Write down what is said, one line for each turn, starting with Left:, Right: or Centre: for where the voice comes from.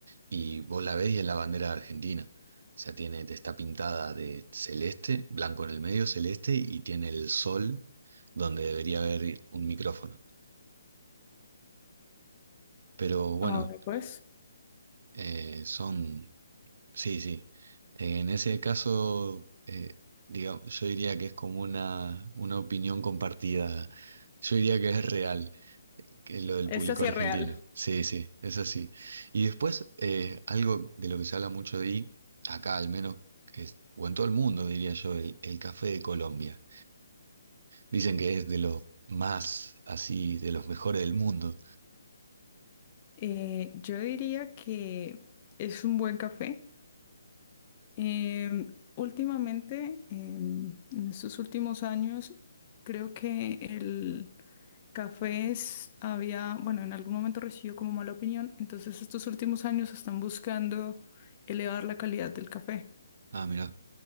Right: y vos la ves y es la bandera de Argentina. O sea, tiene, está pintada de celeste, blanco en el medio, celeste, y tiene el sol donde debería haber un micrófono. Pero bueno,
Left: A ver, pues,
Right: eh, son Sí, sí. En ese caso, eh, digamos, yo diría que es como una, una opinión compartida. Yo diría que es real, que es lo del
Left: esta
Right: público
Left: sí
Right: argentino.
Left: es real.
Right: Sí, sí, es así. Y después, eh, algo de lo que se habla mucho de acá al menos, que es- o en todo el mundo, diría yo, el, el café de Colombia. Dicen que es de los más, así, de los mejores del mundo.
Left: Eh, yo diría que es un buen café. Eh, últimamente, eh, en estos últimos años, creo que el café es- había, bueno, en algún momento recibió como mala opinión, entonces estos últimos años están buscando elevar la calidad del café.
Right: Ah, mira,